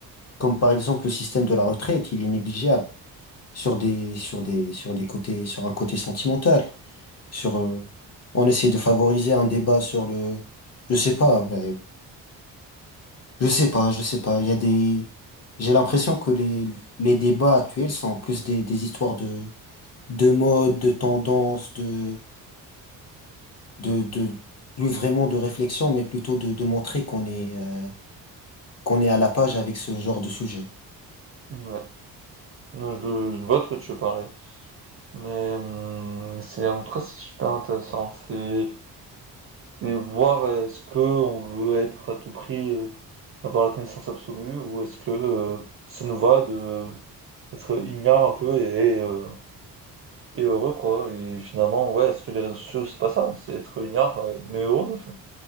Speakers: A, on the left; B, on the right.
A: Comme par exemple le système de la retraite, il est négligeable sur des sur des sur des côtés sur un côté sentimental. Sur euh, on essaie de favoriser un débat sur le je sais pas ben, je sais pas je sais pas il y a des j'ai l'impression que les les débats actuels sont plus des des histoires de de mode, de tendance, de, de, de plus vraiment de réflexion, mais plutôt de, de montrer qu'on est, euh, qu'on est à la page avec ce genre de sujet.
B: Ouais. Non, je, je vois de quoi tu veux parler. Mais hum, c'est en tout cas c'est super intéressant. C'est c'est voir euh, est-ce que on veut être à tout prix euh, avoir la connaissance absolue ou est-ce que euh, ça nous va de être ignare un peu et euh, et heureux quoi. Et finalement ouais est-ce que les réseaux sociaux c'est pas ça, c'est être ignare euh, mais heureux, enfin,